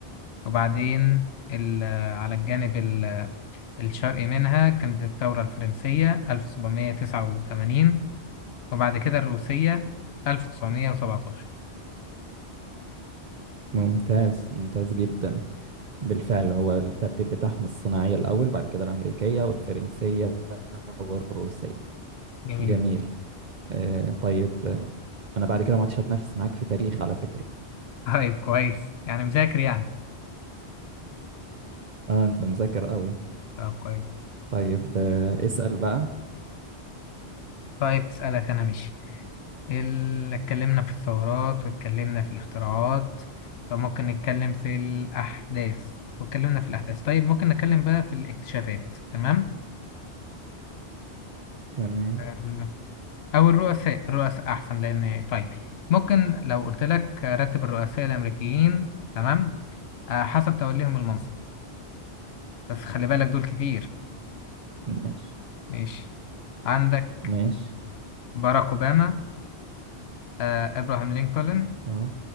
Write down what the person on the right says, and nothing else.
ممتاز ممتاز جدا بالفعل هو الترتيب بتاعهم الصناعية الأول بعد كده الأمريكية والفرنسية والروسية
جميل آه طيب آه، أنا بعد كده ما عدتش هتنافس معاك في تاريخ على فكرة
آه أنت مذاكر قوي
طيب آه اسأل بقى
تمام
ماشي
ماشي
آه